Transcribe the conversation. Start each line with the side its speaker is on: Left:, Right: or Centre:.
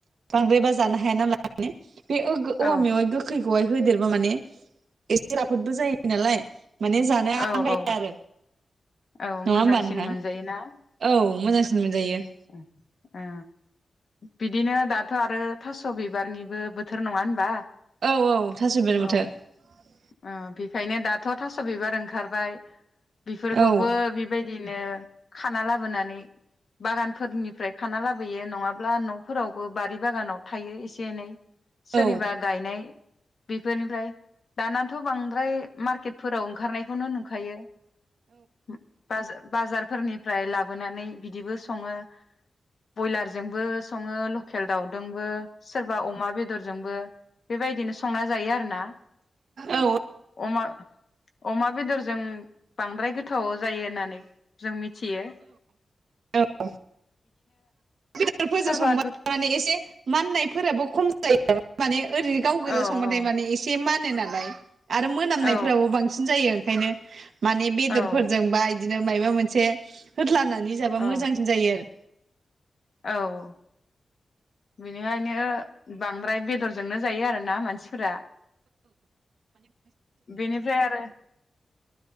Right: बांद्रायबा जा जानो हाया नालाय <unintelligible> बे ओ गो
Left: औ
Right: औवा मेवा गोखैखौहाय होदेरबा माने एसे राफोदबो जायो नालाय माने जानो
Left: औ
Right: आंगाया
Left: औ
Right: आरो
Left: औ
Right: नङा
Left: मोजांसिन
Right: होमबा नोंहा
Left: मोनजायोना
Right: औ मोजांसिन मोनजायो ।
Left: ओ ओ बिदिनो दाथ' आरो थास' बिबारनिबो बोथोर नंङा होनबा
Right: औ औ थास बिबारनि
Left: औ
Right: बोथोर ।
Left: ओ बेखायनो दाथ' थास' बिबार ओं खारबाय बेफोरखौबो
Right: औ
Left: बेबाय बिदिनो खाना लाबोनानै बागानफोरनिफ्राय खाना लाबोयो नंङाब्ला न'फोरावबो बारि बागानाव थायो एसे एनै । सोरनिबा
Right: औ
Left: गायनाय बेफोरनिफ्राय दानाथ' बांद्राय मार्केटफोराव ओंखारनायखौनो नुखायो । <unintelligible> बाजा बाजारफोरनिफ्राय लाबोनानै बिदिबो स संङो बयलारजोंबो संङो लके खेल दाउदोंबो सोरबा अमा बेदरजोंबो । बेबायदिनो संना जायो आरो ना ।
Right: औ
Left: अमा अमा बेदरजों बांद्राय गोथाव जायो होननानै जों मिथियो ।
Right: औ बेदरफोरजों
Left: सोरबा
Right: संबा
Left: गो
Right: माने एसे माननायफोराबो खम जायो माने ओरैनो गाव
Left: औ
Right: गोजा
Left: औ
Right: संबाथाय माने एसे मानो । नालाय आरो मोनामनायफोराबो
Left: औ
Right: बांसिन जायो । ओंखायनो माने बेदरफोरजों
Left: औ
Right: बा बिदिनो मायबा मोनसे होदलानानै
Left: औ
Right: मोजांसिन जायो आरो
Left: औ बेनिखायनो बांद्राय बेदरजोंनो जायो आरोना मानसिफोरा बेनिफ्राय आरो